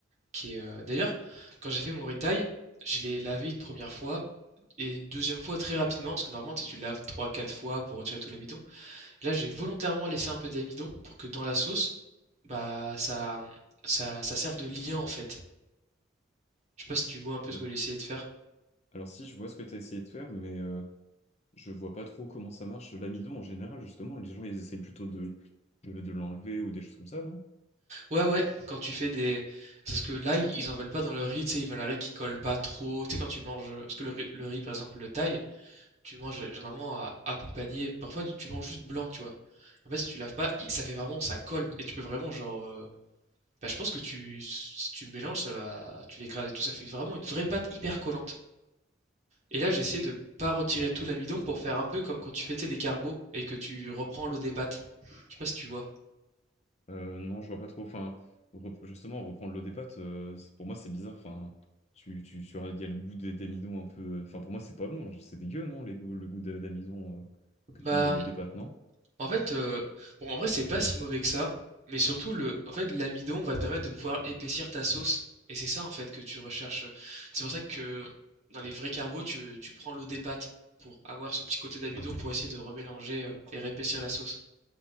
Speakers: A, on the right (about 35°); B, on the left (about 35°).
A: Qui est euh, d'ailleurs quand j'ai fait mon riz thaï, je l'ai lavé une première fois et une deuxième fois très rapidement, parce que normalement tu sais, tu le laves trois, quatre fois pour retirer tout l'amidon. Là, j'ai volontairement laissé un peu d'amidon pour que dans la sauce, bah ça, ça, ça serve de lien en fait. Je sais pas si tu vois un peu
B: ok.
A: ce que j'ai essayé de faire.
B: Alors si, je vois ce que t'as essayé de faire, mais... euh, Je vois pas trop comment ça marche. L'amidon, en général, justement, les gens, ils essayent plutôt de, de, de l'enlever ou des choses comme ça, non?
A: Ouais, ouais, quand tu fais des... Parce que là, ils ils en veulent pas dans le riz, tu sais, ils veulent un riz qui colle pas trop. Tu sais, quand tu manges... Parce que le riz, le riz, par exemple, le thaï, tu le manges généralement à- accompagné... Parfois, tu tu manges juste blanc, tu vois. En fait, si tu laves pas, il- ça fait vraiment... Ça colle. Et tu peux vraiment, genre... euh, Bah, je pense que tu, si tu le mélanges, ça va, tu l'écrases et tout, ça fait vraiment une vraie pâte hyper collante. Et là, j'essaie de pas retirer tout l'amidon pour faire un peu comme quand tu fais, tu sais, des carbos et que tu reprends l'eau des pâtes. Je sais pas si tu vois.
B: Euh, non, je vois pas trop. Enfin, rep- justement, reprendre l'eau des pâtes, euh, c'est- pour moi, c'est bizarre. Enfin, tu, tu, tu as- il y a le goût des- d'amidon un peu. euh, Enfin, pour moi, c'est pas bon. C'est dégueu, non, les goûts, le goût de- d'amidon euh, que
A: Bah,
B: tu de l'eau des pâtes, non?
A: en fait, euh, bon, en vrai, c'est pas si mauvais que ça, mais surtout le, en fait, l'amidon va te permettre de pouvoir épaissir ta sauce, et c'est ça en fait que tu recherches. C'est pour ça que dans les vrais carbos, tu, tu prends l'eau des pâtes pour avoir ce petit côté d'amidon pour essayer de remélanger euh, et réépaissir la sauce.